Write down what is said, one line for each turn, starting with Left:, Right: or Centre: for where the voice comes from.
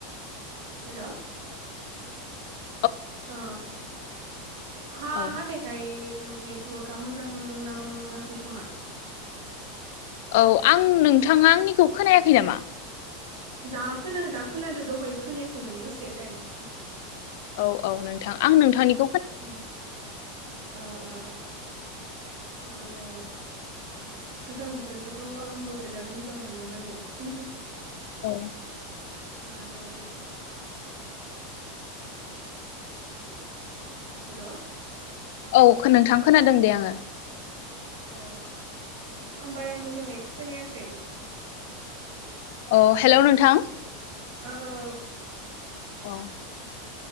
Right: हेल'
Left: आ।
Right: अ अखा
Left: औ
Right: हानायखाय नेटवार्कआ मोजां नाङाखै खोमा।
Left: औ आं नोंथाङा आंनिखौ खोनायाखै नामा?
Right: दा खोनादो खोनादो दहय खोनायाखैमोन दसे टाइम
Left: औ औ नोंथां आं नोंथांनि
Right: उम ओ ओ मा होनो गोजां बोथोर। थ' आंबो बिराद मोजां मोनो माने। ओहो
Left: औ
Right: मानो हेल'
Left: औ नोंथां खोनादों दे आङो
Right: अ आं बारा मोजाङै खोनायाखै।
Left: अ हेल' नोंथां।
Right: ओ औ
Left: औ।